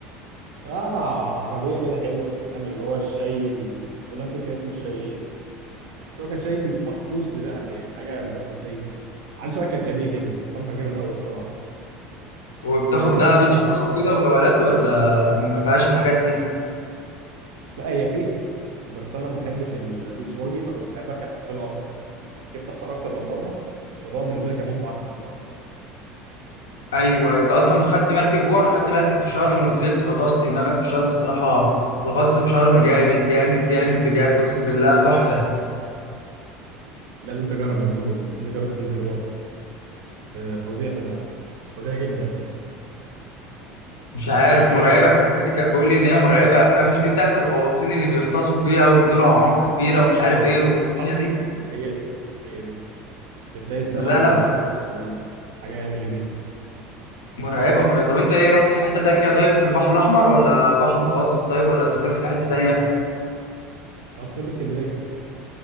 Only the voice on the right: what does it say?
قاعده عربيه كده حلوه انت فاهم اللي هو الشاي ال... والله نسيت كان اسمه الشاي ايه بس هو كان شاي م- مخصوص لدهب يعني حاجه مش عارف كان شاي عامل شبه كركديه كده فطعمه كان جامد قوي الصراحه
كلمني
انت
عملت
ايه في شرم
لا هي فيها بس انا ما بحبش البيتش باجي فكنت بحب اركب حصانه اكتر ركبت حصانه اكتر من مره الموضوع بالنسبه لي كان ممتع اكتر بصراحه
لازم تجرب البلو هول لازم تجرب تنزله مره آه، فظيع في دهب فظيع جدا يعني
مكان
عميق
كده
اه
اه
هي دي هي دي بتلاقي السمك
حواليك
وانت بتعوم حاجه يعني جميله
انا سافرت اسكندريه